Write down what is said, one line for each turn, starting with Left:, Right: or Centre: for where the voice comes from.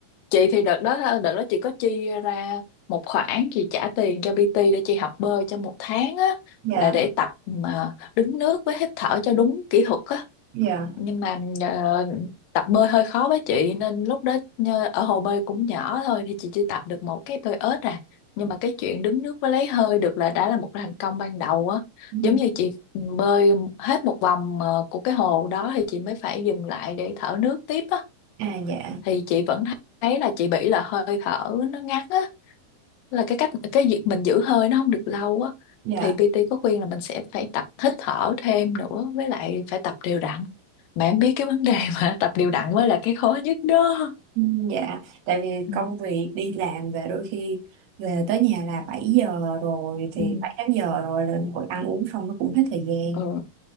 Left: chị thì đợt đó đợt đó chị có chi ra một khoản chị trả tiền cho PT để chị học bơi trong một tháng á
Right: dạ
Left: là để tập mà đứng nước với hít thở cho đúng kỹ thuật á
Right: dạ
Left: nhưng mà ờ, tập bơi hơi khó với chị nên lúc đó ờ, ở hồ bơi cũng nhỏ thôi thì chị chỉ tập được một cái bơi ếch à nhưng mà cái chuyện đứng nước với lấy hơi được là đã là một thành công ban đầu á
Right: Ừ.
Left: giống như chị ừ, bơi hết một vòng ờ, của cái hồ đó thì chị mới phải dừng lại để thở nước tiếp á
Right: à dạ
Left: thì chị vẫn thấy là chị bị là hơi thở nó ngắn á là cái cách cái việc mình giữ hơi nó không được lâu á
Right: dạ
Left: thì PT có khuyên là mình sẽ phải tập hít thở thêm nữa với lại phải tập đều đặn mà em biết cái vấn đề <laughs> mà tập đều đặn mới là cái khó nhất đó
Right: Ừ, Dạ, tại vì
Left: ừ,
Right: công việc đi làm về đôi khi về tới nhà là 7 giờ rồi thì
Left: ừ,
Right: 7 8 giờ rồi lên hội ăn uống xong nó cũng hết thời gian.
Left: ừ.